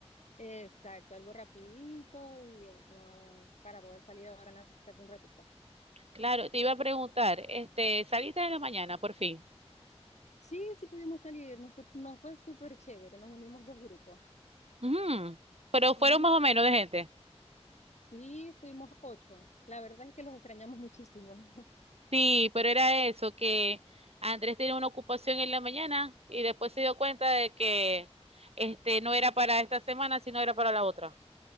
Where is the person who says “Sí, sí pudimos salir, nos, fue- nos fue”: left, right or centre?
Left